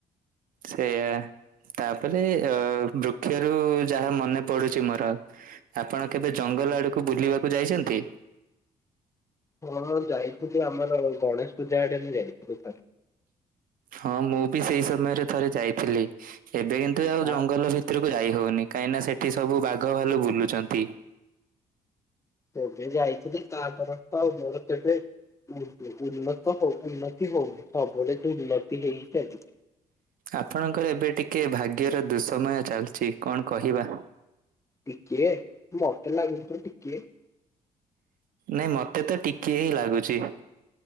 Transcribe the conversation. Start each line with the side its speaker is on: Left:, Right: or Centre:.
Right: ସେଇଆ ତାପରେ ଅ ବୃକ୍ଷରୁ ଯାହା ମନେ ପଡୁଛି ମୋର। ଆପଣ କେବେ ଜଙ୍ଗଲ ଆଡକୁ ବୁଲିବାକୁ ଯାଇଛନ୍ତି?
Left: ହଁ ଯାଇଥିଲୁ ଆମର ଗଣେଶ ପୂଜା ଆଡେ ଆମେ ଯାଇଥିଲୁ।
Right: ହଁ ମୁଁ ବି ସେଇ ସମୟରେ ଥରେ ଯାଇଥିଲି ଏବେ କିନ୍ତୁ ଆଉ
Left: ତା
Right: ଜଙ୍ଗଲ ଭିତ ଭିତରକୁ ଯାଇ ହଉନି କାହିଁକିନା ସେଠି ସବୁ ବାଘ ଭାଲୁ ବୁଲୁଛନ୍ତି।
Left: କେବେ ଯାଇଥିଲି ତାପର ତ ଆଉ ମୋର କେବେ ଉ ଉନ୍ନତ ହଉ ଉନ୍ନତି ହଉନି ସବୁବେଳେ ତ ଉନ୍ନତି ହେଇଚାଲଚି।
Right: ଆପଣଙ୍କର ଏବେ ଟିକେ ଭାଗ୍ୟର ଦୁଃସମୟ ଚାଲିଛି କଣ କହିବା?
Left: ଟିକିଏ ମତେ ଲାଗୁନି ତ ଟିକିଏ।
Right: ନାଇଁ ମତେ ତ ଟିକେ ହିଁ ଲାଗୁଛି।